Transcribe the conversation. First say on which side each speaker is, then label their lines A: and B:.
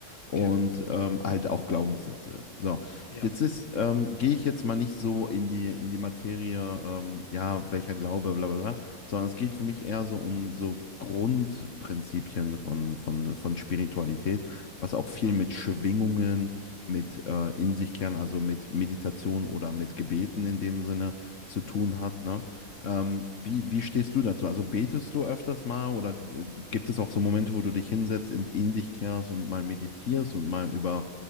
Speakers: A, on the left; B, on the left.
A: und
B: Okay.
A: ähm, halt auch Glaubenssätze. So,
B: Ja.
A: Jetzt ist, ähm, gehe ich jetzt mal nicht so in die, in die Materie, ähm, ja, welcher Glaube, bla bla bla, sondern es geht für mich eher so um so Grundprinzipien von, von, von Spiritualität, was auch viel
B: Mhm.
A: mit Schwingungen, mit äh, in sich kehren, also mit Meditation oder mit Gebeten in dem Sinne zu tun hat, ne? Ähm, wie, wie stehst du dazu? Also betest du öfters mal oder g- gibt es auch so Momente, wo du dich hinsetzt und in dich kehrst und mal meditierst und mal über